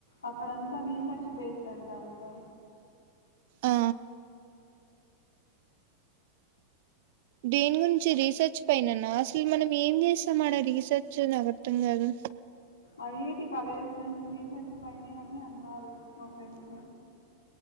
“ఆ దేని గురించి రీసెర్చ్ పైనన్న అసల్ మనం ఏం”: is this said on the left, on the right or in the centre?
Right